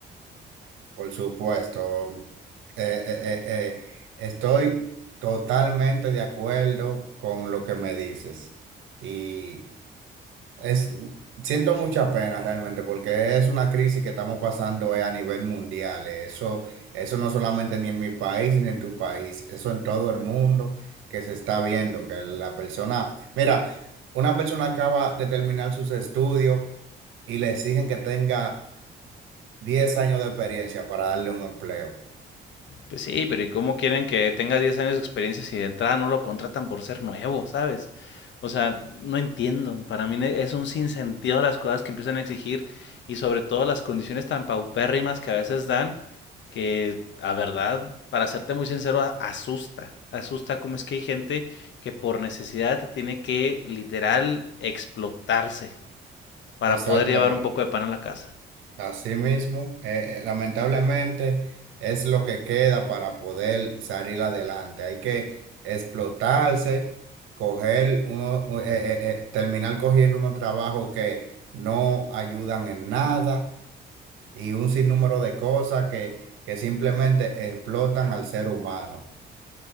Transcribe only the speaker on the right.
Por supuesto. mm, Eh, eh, eh, eh, estoy totalmente de acuerdo con lo que me dices. Y Es, siento mucha pena realmente porque es una crisis que estamos pasando eh, a nivel mundial. eh. Eso, eso no solamente ni en mi país ni en tu país, eso en todo el mundo que se está viendo, que la persona, mira, una persona acaba de terminar sus estudios y le exigen que tenga 10 años de experiencia para darle un empleo.
Exactamente.
Así mismo, eh, eh, lamentablemente es lo que queda para poder salir adelante. Hay que explotarse, coger uno, eh, eh, eh, terminar cogiendo unos trabajos que no ayudan en nada y un sinnúmero de cosas que, que simplemente explotan al ser humano.